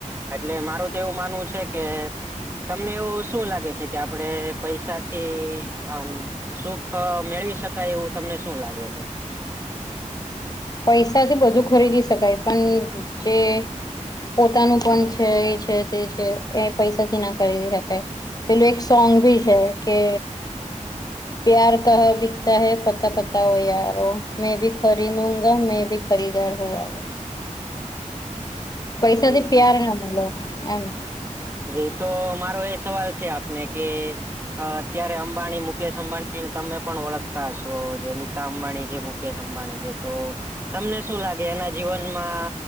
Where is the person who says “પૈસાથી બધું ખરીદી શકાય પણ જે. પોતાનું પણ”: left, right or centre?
Left